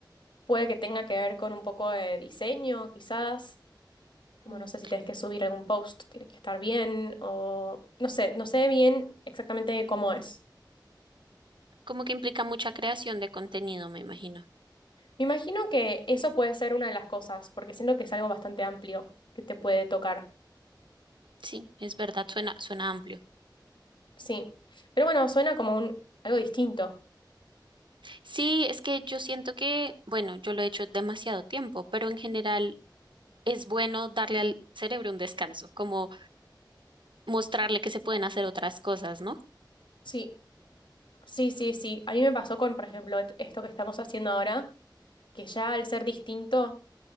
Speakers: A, on the left (about 80°); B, on the right (about 80°).
A: Puede que tenga que ver con un poco de diseño, quizás. Como
B: Mm,
A: no sé si tenés que subir algún post, tiene que estar bien o no sé, no sé bien exactamente cómo es.
B: Como que implica mucha creación de contenido, me imagino.
A: Me imagino que eso puede ser una de las cosas, porque siento que es algo bastante amplio que te puede tocar.
B: Sí, es verdad, suena, suena amplio.
A: Sí. Pero bueno, suena como un algo distinto.
B: Sí, es que yo siento que, bueno, yo lo he hecho demasiado tiempo, pero en general es bueno darle al cerebro un descanso, como mostrarle que se pueden hacer otras cosas, ¿no?
A: Sí, sí, sí, sí. A mí me pasó con, por ejemplo, et- esto que estamos haciendo ahora, que ya al ser distinto,